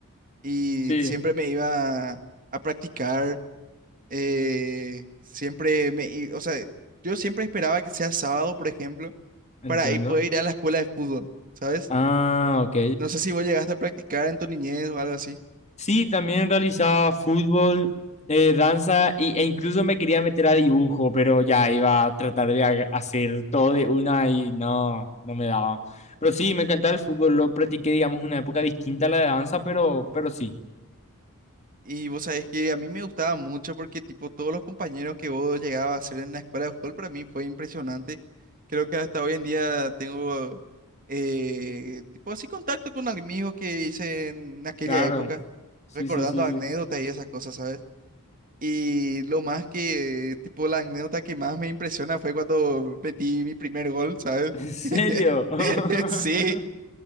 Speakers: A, on the right; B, on the left.
A: Y
B: Sí.
A: siempre me iba a practicar, eh, siempre me, i- o sea, yo siempre esperaba que sea sábado, por ejemplo,
B: Entiendo.
A: para ir- poder ir a la escuela de fútbol, ¿sabes?
B: Ah, ok.
A: No sé si vos llegaste a practicar en tu niñez o algo así.
B: Sí, también realizaba fútbol, eh, danza y- e incluso me quería meter a dibujo, pero ya iba a tratar de ha- hacer todo de una y no, no me daba. Pero sí, me encantaba el fútbol, lo practiqué, digamos, en una época distinta a la de danza, pero, pero sí,
A: Y vos sabés que a mí me gustaba mucho porque tipo todos los compañeros que vos llegabas a hacer en la escuela de fútbol para mí fue impresionante. Creo que hasta hoy en día tengo eh, tipo así contacto con amigos que hice en aquella
B: claro.
A: época,
B: Sí,
A: recordando
B: sí, sí, sí.
A: anécdotas y esas cosas, ¿sabes? Y lo más que tipo la anécdota que más me impresiona fue cuando metí mi primer gol, ¿sabes?
B: ¿En serio? <laughs>
A: <laughs> Sí,